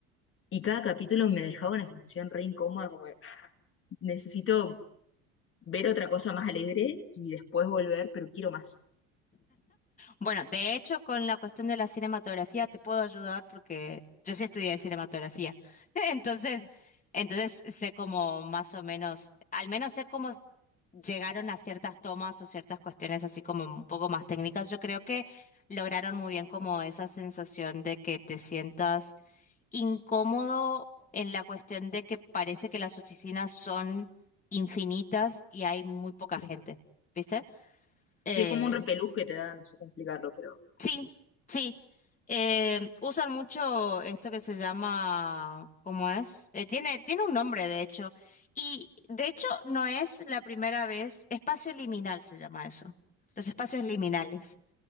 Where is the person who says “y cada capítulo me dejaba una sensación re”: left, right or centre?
Left